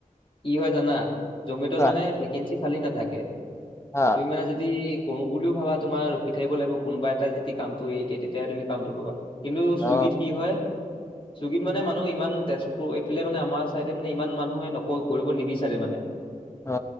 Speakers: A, on the left; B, on the left.
A: কি হয় জানা, জমেটত
B: কোৱা
A: মানে ভেকেঞ্চি খালী নাথাকে।
B: হা
A: তুমি মানে যদি। কৰো বুলিও ভাবা তোমাৰ ৰখি থাকিব লাগিব কোনোবা এটা যদি কামটো এৰি দিয় তেতিাহে তুমি কামটো পাবা। কিন্তু
B: অ
A: চুইগীত কি হয়, চুইগীত মানে মানুহ ইমান তেজপুৰ এইফালে মানে। আমাৰ চাইডে মানে ইমান মানুহে নক কৰিব নিবিচাৰে মানে।
B: অ